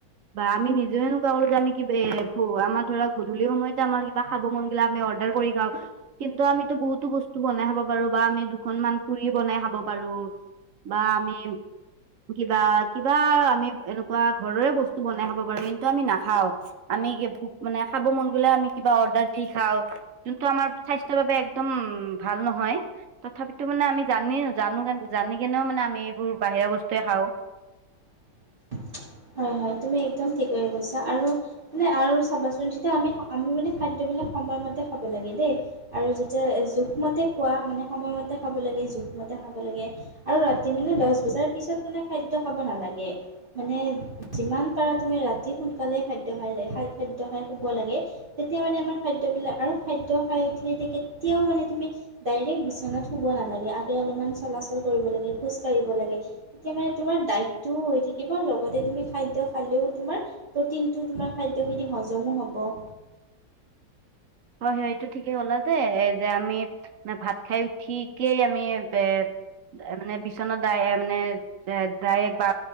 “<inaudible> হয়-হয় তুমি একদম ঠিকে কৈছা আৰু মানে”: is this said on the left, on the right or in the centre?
Right